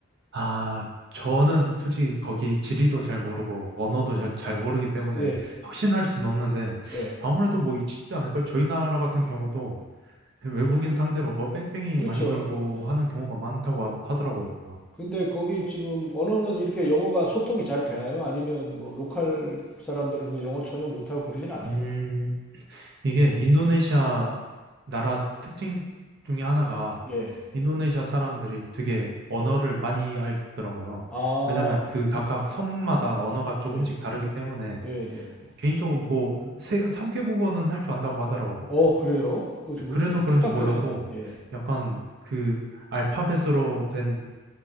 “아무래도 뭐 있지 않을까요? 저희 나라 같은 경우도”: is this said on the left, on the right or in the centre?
Right